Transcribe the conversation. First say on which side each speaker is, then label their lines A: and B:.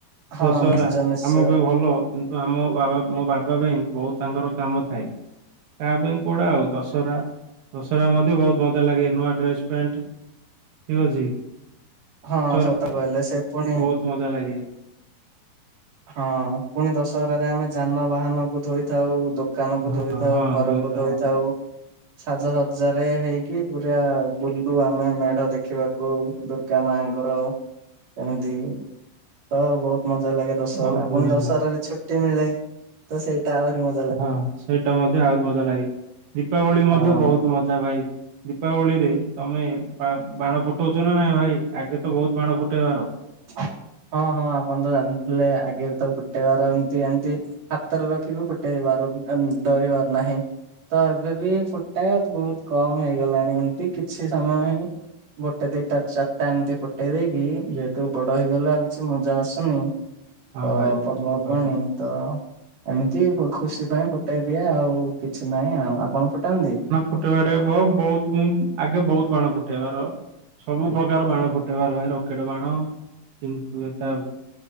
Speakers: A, on the right (about 45°); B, on the right (about 80°).
A: ହଁ
B: ଦଶହରା
A: ନିଶ୍ଚୟ ନିଶ୍ଚୟ।
B: ଆମ ପାଇଁ ଭଲ କିନ୍ତୁ ଆମ ବାବା ମୋ ବାବା ପାଇଁ ବୋହୁତ ତାଙ୍କର କାମ ଥାଏ। କା ପାଇଁ କୋଉଡା ଆଉ ଦଶହରା ଦଶହରା ମଧ୍ୟ ବହୁତ ମଜା ଲାଗେ ନୂଆ ଡ୍ରେସ୍ ପ୍ୟାଣ୍ଟ ଠିକ୍ ଅଛି।
A: ହଁ
B: ଦଶହରା
A: ସତ କହିଲେ ସେ ପୁଣି
B: ବହୁତ ମଜା ଲାଗେ।
A: ହଁ ପୁଣି ଦଶହରାରେ ଆମେ ଯାନବାହାନ କୁ ଧୋଇଥାଉ ଦୋ କାନ କୁ
B: ହଁ
A: ଧୋଇଥାଉ
B: ହଁ
A: ଘରକୁ
B: ଦୋଇତ
A: ଧୋଇଥାଉ।
B: ହଁ
A: ସାଜସଜାରେ ହେଇକି ପୁରା ବୁଲୁ ଆମେ ମେଢ ଦେଖିବାକୁ ଦ ଗା ମାଙ୍କର ଏମିତି ତ ବୋହୁତ ମଜା ଲାଗେ। ଦଶହରା
B: ବହୁତ
A: ଆପଣ
B: ମଜା
A: ଦଶହରାରେ
B: ଲାଗେ
A: ଛୁଟି ମିଳେ ତ ସେଇଟା ଆହୁରି ମ
B: ହଁ ସେଇଟା ମଧ୍ୟ ଆହୁରି ମଜା ଲାଗେ ଦୀପାବଳି ମଧ୍ୟ
A: ହଁ।
B: ବୋହୁତ ମଜା ଭାଇ। ଦୀପାବଳିରେ ତମେ ବା ବାଣ ଫୁଟୋଉଚ ନା ନାଇଁ ଭାଇ ଆଗେ ତ ବୋହୁତ ବାଣ ଫୁଟେଇବାର।
A: ହଁ ହଁ ଆପଣ ତ ଜାଣିଥିଲେ ଆଗରେ ତ ଫୁଟେଇବାର ଏମିତି ଏମତି। ହାତରେ ରଖିବୁ ଫୁଟେଇବାର ଡରିବାର ନାହିଁ। ତ ଏବେ ବି ଫୁଟାଏ ବୋହୁତ କମ ହେଇଗଲାଣି ଏମିତି କିଛି ସମୟ ହିଁ ଗୋଟେ ଦିଟା ଚାରିଟା ଏମିତି ଫୁଟେଇ ଦେଇକି ଯେ ତୁ ବଡ ହେଇଗଲେ ଆଉ କିଛି ମଜା ଆସୁନି
B: ହଁ
A: ତ
B: ଭାଇ
A: ପର୍ବର୍ବାଣି।
B: ଠିକ କହିଲ
A: ତ ଏମିତି ଖୁସି ପାଇଁ ଫୁଟାଇ ଦିଏ ଆଉ କିଛି ନାହିଁ ଆଉ ଆପଣ ଫୁଟାନ୍ତି।
B: ଫୁଟେଇବାଟେ କ ବହୁତ ମୁ ଆଗେ ବୋହୁତ ବାଣ ଫୁଟେଇବାର। ସବୁ ପ୍ରକାର ବାଣ ଫୁଟେଇବାର ଭାଇ ରକେଟେ ବାଣ କିନ୍ତୁ ଏଟା